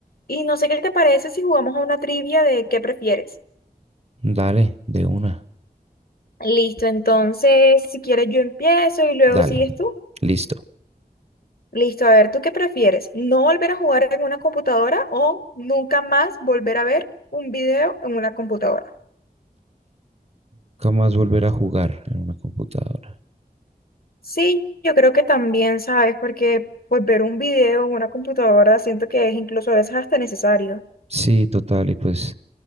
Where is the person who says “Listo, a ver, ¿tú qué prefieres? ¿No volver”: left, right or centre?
Left